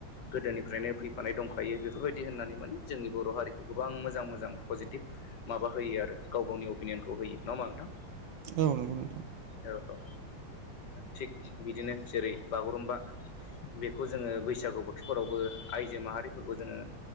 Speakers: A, on the left; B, on the right.
A: गोदोनिफ्रायनो फैफानाय दंखायो बेफोरबायदि होननानै माने जोंनि बर' हारिखौ गोबां मोजां मोजां पजिटिभ माबा होयो आरो गाव गावनि अपिनियनखौ होयो नङा होनबा नोंथां
B: औ नंगौ नोंथां।
A: औ ओ थिग बिदिनो जेरै बागुरुम्बा बेखौ जोङो बैसागु बोथोरफोरावबो आइजो माहारिफोरखौ जोङो